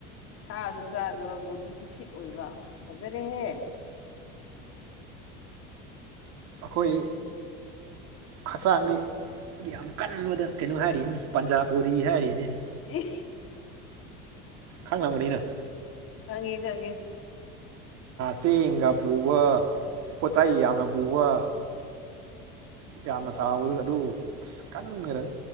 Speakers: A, on the left (about 50°); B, on the right (about 60°).
A: ꯁꯥꯁꯨ ꯆꯥꯗꯕ ꯕꯣꯗꯤꯁꯨ ꯐꯤꯠ ꯑꯣꯏꯕ ꯐꯖꯔꯦꯍꯦ
B: ꯑꯩꯈꯣꯏ ꯍꯛꯆꯥꯡꯗꯤ ꯌꯥꯝ ꯀꯟꯕꯗ ꯀꯩꯅꯣ ꯍꯥꯏꯔꯤꯅꯤ ꯄꯟꯖꯥꯕ ꯕꯣꯗꯤ ꯍꯥꯏꯔꯤꯅꯤꯅꯤ
A: ꯑꯦ
B: ꯈꯪꯅ ꯃꯅꯨꯡꯨꯅ
A: ꯈꯪꯉꯦ ꯈꯪꯉꯦ
B: ꯆꯦꯡꯒ ꯄꯨꯕ ꯄꯣꯠꯆ ꯆꯩ ꯌꯥꯝꯅ ꯄꯨꯕ ꯌꯥꯝꯅ ꯆꯥꯎꯕꯗ ꯑꯗꯨ ꯑꯁ ꯀꯟꯈ꯭ꯔꯦ